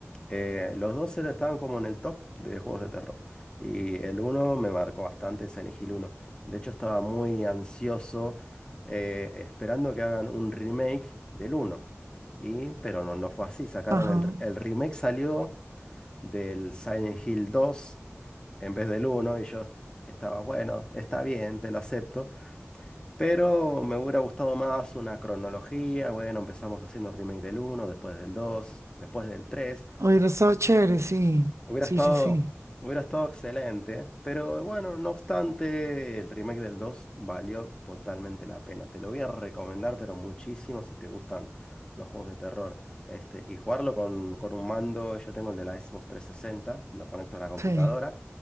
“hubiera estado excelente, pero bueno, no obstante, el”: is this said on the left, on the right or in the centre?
Left